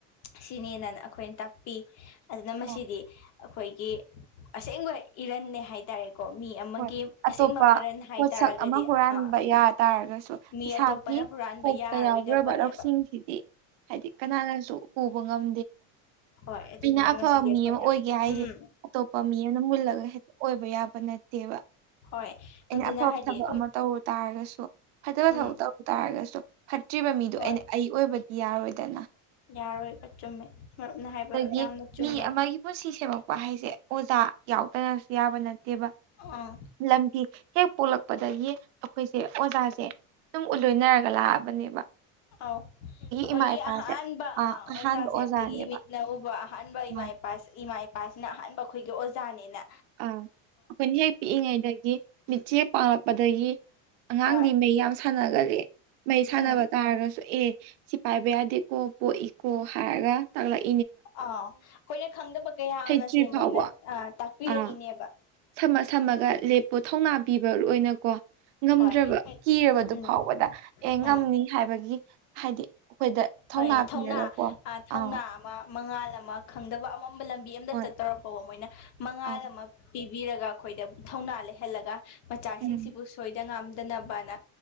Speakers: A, on the left; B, on the right.
A: ꯁꯤꯅꯦꯅꯅ ꯑꯩꯈꯣꯏꯅ ꯇꯥꯛꯄꯤ ꯑꯗꯨꯅ ꯃꯁꯤꯗꯤ
B: ꯑꯥ
A: ꯑꯩꯈꯣꯏꯒꯤ ꯑꯁꯦꯡꯕ ꯏꯔꯟꯅꯦ ꯍꯥꯏꯇꯥꯔꯦ ꯀꯣ ꯃꯤ ꯑꯃꯒꯤ
B: ꯍꯣꯏ ꯑꯇꯣꯞꯄ
A: ꯑꯁꯦꯡꯕ ꯃꯔꯜ ꯍꯥꯏꯇꯥꯔꯒꯗꯤ
B: ꯄꯣꯠꯁꯛ ꯑꯃ ꯍꯨꯔꯥꯟꯕ
A: ꯑ
B: ꯌꯥ ꯇꯥꯔꯒꯁꯨ
A: ꯃꯤ
B: ꯏꯁꯥꯒꯤ
A: ꯑꯇꯣꯞꯄ ꯅ ꯍꯨꯔꯥꯟꯕ
B: ꯀꯣꯛꯇ
A: ꯌꯥꯔꯔꯣꯏꯗꯧꯕꯅꯦꯕ
B: ꯌꯥꯎꯈ꯭ꯔꯕ ꯂꯧꯁꯤꯡꯁꯤꯗꯤ ꯍꯥꯏꯗꯤ ꯀꯅꯥꯅꯁꯨ ꯎꯕ ꯉꯝ
A: ꯍꯣꯏ ꯑꯗꯨꯗꯨꯅ
B: ꯑꯩꯅ ꯑꯐꯕ
A: ꯃꯁꯤꯗꯤ
B: ꯃꯤ
A: ꯑꯩꯈꯣꯏꯅ
B: ꯑꯃ ꯑꯣꯏꯒꯦ ꯍꯥꯏꯁꯦ
A: ꯎꯝ
B: ꯑꯇꯣꯞꯄ ꯃꯤ ꯑꯃꯅ ꯃꯨꯜꯂꯒ ꯍꯦꯛꯇ ꯑꯣꯏꯕ ꯌꯥꯕ ꯅꯠꯇꯦ ꯅꯠꯇꯦꯕ
A: ꯍꯣꯏ
B: ꯑꯩꯅ
A: ꯑꯗꯨꯅ
B: ꯑꯐꯕ
A: ꯍꯥꯏꯗꯤ
B: ꯊꯕꯛ
A: ꯑꯗꯨꯝ
B: ꯑꯃ ꯇꯧꯔꯨ ꯇꯥꯔꯒꯁꯨ ꯐꯠꯇꯕ
A: ꯎꯝ
B: ꯊꯕꯛ ꯇꯧꯔꯨ ꯇꯥꯔ ꯍꯥꯏꯔꯒꯁꯨ ꯐꯠꯇ꯭ꯔꯤꯕ ꯃꯤꯗꯣ
A: ꯍꯣꯏ
B: ꯑꯩꯅ ꯑꯩ ꯑꯣꯏꯕꯗꯤ ꯌꯥꯔꯣꯏꯗꯅ
A: ꯌꯥꯔꯣꯏꯕ ꯆꯨꯝꯃꯦ ꯃꯔꯨꯞꯅ ꯍꯥꯏꯕ
B: ꯑꯗꯒꯤ
A: ꯌꯥꯝꯅ ꯆꯨꯝꯃꯦ
B: ꯃꯤ ꯑꯃꯒꯤ ꯄꯨꯟꯁꯤ ꯁꯦꯝꯃꯛꯄ ꯍꯥꯏꯁꯦ ꯑꯣꯖꯥ ꯌꯥꯎꯗꯅꯁꯨ ꯌꯥꯕ ꯅꯠꯇꯦꯕ
A: ꯑꯥ
B: ꯂꯝꯕꯤ ꯍꯦꯛ ꯄꯣꯛꯂꯛꯄꯗꯒꯤ ꯑꯩꯈꯣꯏꯁꯦ ꯑꯣꯖꯥꯁꯦ ꯑꯗꯨꯝ ꯎꯠꯂꯣꯏꯅꯔꯒ ꯂꯥꯛꯑꯕꯅꯦꯕ
A: ꯑꯧ ꯑꯩꯈꯣꯏꯒꯤ
B: ꯏꯃꯥ ꯏꯄꯥꯁꯦ
A: ꯑꯍꯥꯟꯕ
B: ꯑ
A: ꯑꯥ
B: ꯑꯍꯥꯟꯕ
A: ꯑꯣꯖꯥꯁꯦ
B: ꯑꯣꯖꯥꯅꯦꯕ
A: ꯑꯩꯈꯣꯏꯒꯤ ꯏꯃꯤꯠꯅ ꯎꯕ ꯑꯍꯥꯟꯕ
B: ꯑ
A: ꯏꯃꯥ ꯏꯄꯥ ꯏꯃꯥ ꯏꯄꯥꯁꯤꯅ ꯑꯍꯥꯟꯕ ꯑꯩꯈꯣꯏꯒꯤ ꯑꯣꯖꯥꯅꯤꯅ
B: ꯑꯥ ꯑꯩꯈꯣꯏꯅ ꯍꯦꯛ ꯄꯤꯛꯏꯉꯩꯗꯒꯤ ꯃꯤꯠꯆꯦ ꯄꯥꯡꯂꯛꯄꯗꯒꯤ ꯑꯉꯥꯡꯗꯤ
A: ꯍꯣꯏ
B: ꯃꯩ ꯌꯥꯝ ꯁꯥꯟꯅꯒꯂꯦ ꯃꯩ ꯁꯥꯟꯅꯕ
A: ꯎꯝ
B: ꯇꯥꯔꯒꯁꯨ ꯑꯦ ꯁꯤ ꯄꯥꯏꯕ ꯌꯥꯗꯦꯀꯣ ꯄꯣꯛꯏ ꯀꯣ ꯍꯥꯏꯔꯒ ꯇꯥꯛꯂꯛ
A: ꯑꯥ ꯑꯩꯈꯣꯏꯅ ꯈꯪꯗꯕ ꯀꯌꯥ
B: ꯍꯩꯇ꯭ꯔꯤ
A: ꯑꯃꯁꯦ
B: ꯐꯥꯎꯕ
A: ꯃꯣꯏꯅ ꯇꯥꯛꯄꯤꯔꯛꯏꯅꯦꯕ
B: ꯑꯥ ꯁꯝꯃ ꯁꯝꯃꯒ ꯂꯦꯞꯄꯨ ꯊꯧꯅꯥ ꯄꯤꯕ ꯑꯣꯏꯅꯀꯣ ꯉꯝꯗ꯭ꯔꯕ
A: ꯍꯣꯏ
B: ꯀꯤꯔꯕꯗꯨ
A: ꯎꯝ
B: ꯐꯥꯎꯕꯗ ꯑꯦ ꯉꯝꯅꯤ
A: ꯑꯥ
B: ꯍꯥꯏꯕꯒꯤ ꯍꯥꯏꯗꯤ ꯑꯩꯈꯣꯏꯗ
A: ꯍꯣꯏ ꯊꯧꯅꯥ
B: ꯄꯤꯔꯒꯀꯣ
A: ꯊꯧꯅꯥ
B: ꯑꯥ
A: ꯑꯃ ꯃꯉꯥꯜ ꯑꯃ ꯈꯪꯗꯕ ꯑꯃꯝꯕ ꯂꯝꯕꯤ ꯑꯃꯗ
B: ꯍꯣꯏ
A: ꯆꯠꯇꯧꯔꯛ ꯐꯥꯎꯕ ꯃꯣꯏꯅ ꯃꯉꯥꯜ
B: ꯑꯥ
A: ꯑꯃ ꯄꯤ ꯄꯤꯔꯒ ꯑꯩꯈꯣꯏꯗ ꯊꯧꯅꯥ ꯂꯩꯍꯜꯂꯒ ꯃꯆꯥꯁꯤꯡꯁꯤꯕꯨ
B: ꯎꯝ
A: ꯁꯣꯏꯗ ꯉꯥꯝ ꯗꯅꯕꯅ